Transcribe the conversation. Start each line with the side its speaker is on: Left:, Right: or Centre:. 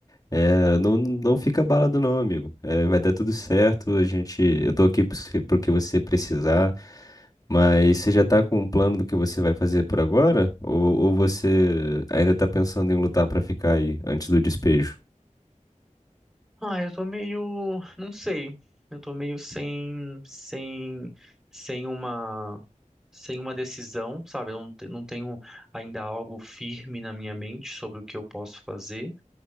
Left: É, não, não fica abalado não, amigo. É, vai dar tudo certo. A gente, eu tô aqui pro se- pro que você precisar. Mas você já tá com um plano do que você vai fazer por agora? Ou, ou você ainda tá pensando em lutar pra ficar aí antes do despejo?
Centre: Ah, eu tô meio. Não sei. Eu tô meio sem. Sem. Sem uma. Sem uma decisão, sabe? Eu não, te- não tenho ainda algo firme na minha mente sobre o que eu posso fazer.